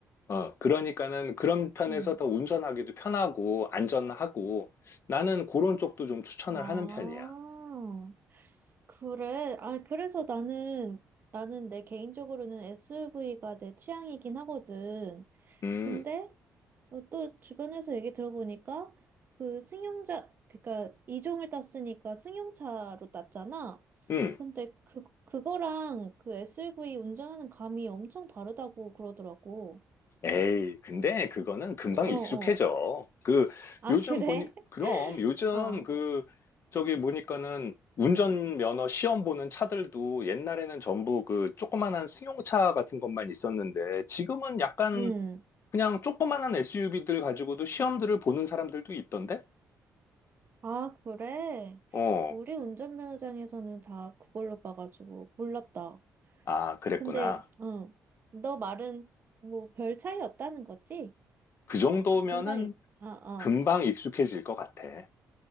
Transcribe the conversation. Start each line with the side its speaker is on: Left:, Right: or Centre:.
Left: 어, 그러니까는 그런 편에서
Right: 응.
Left: 더 운전하기도 편하고 안전하고 나는 그런 쪽도 좀 추천을
Right: 아,
Left: 하는 편이야.
Right: 그래. 아, 그래서 나는, 나는 내 개인적으로는 SUV가 내 취향이긴 하거든.
Left: 음,
Right: 근데 어, 또 주변에서 얘기 들어보니까 그 승용자, 그러니까 이종을 땄으니까 승용차로 땄잖아.
Left: 음.
Right: 근데 그 그거랑 그 SUV 운전하는 감이 엄청 다르다고 그러더라고.
Left: 에이, 근데 그거는 금방
Right: 어, 어.
Left: 익숙해져. 그,
Right: 아,
Left: 요즘
Right: 그래?
Left: 보니, 그럼
Right: <laughs>
Left: 요즘
Right: 아
Left: 그, 저기 보니까는 운전면허 시험 보는 차들도 옛날에는 전부 그 조그만한 승용차 같은 것만 있었는데 지금은 약간
Right: 음.
Left: 그냥 조그만한 SUV들 가지고도 시험들을 보는 사람들도 있던데?
Right: 아, 그래?
Left: 어,
Right: 우리 운전면허장에서는 다 그걸로 봐가지고 몰랐다.
Left: 아, 그랬구나.
Right: 근데 응. 너 말은 뭐 별 차이 없다는 거지?
Left: 그 정도면은
Right: 금방 이- 아 아.
Left: 금방 익숙해질 것 같아.